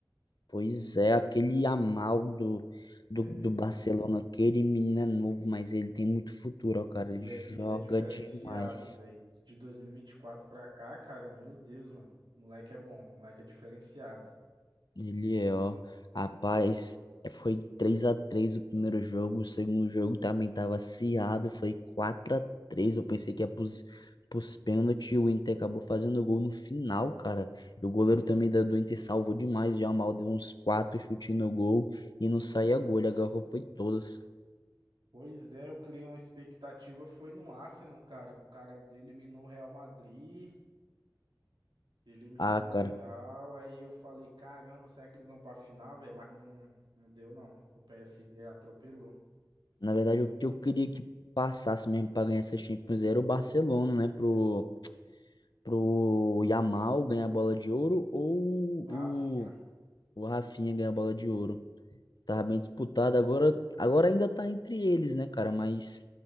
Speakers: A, on the left; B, on the right.
A: Pois é, aquele Yamal do, do,
B: É.
A: do Barcelona, aquele menino é novo, mas ele tem muito futuro, ó, cara.
B: Ele
A: Ele joga
B: é, ele é diferenciado,
A: demais.
B: velho. De 2024 pra cá, cara, meu Deus, mano. O moleque é bom, o moleque é diferenciado.
A: Ele é, ó. Rapaz, é, foi três a três o primeiro jogo. O segundo jogo também tava acirrado. Foi quatro a três Eu pensei que ia pros, pros pênaltis. O Inter acabou fazendo gol no final, cara. E o goleiro também da, do Inter salvou demais. Já mal deu uns 4 chutes no gol. E não saía gol. Ele agarrou, foi todos.
B: Pois é, eu criei uma expectativa, foi no Arsenal, cara. O cara eliminou o Real Madrid, eliminou
A: Ah,
B: o
A: cara.
B: Real. Aí eu falei, caramba, será que eles vão pra final, velho? Mas não, não deu, não. O PSG atropelou.
A: Na verdade, o que eu queria que passasse mesmo pra ganhar essa Champions era o Barcelona, né? Pro,
B: Eu-
A: pro Yamal ganhar a bola de ouro ou
B: O Rafinha.
A: O Rafinha ganhou a bola de ouro. Tava bem disputado. Agora, agora ainda tá entre eles, né, cara? Mas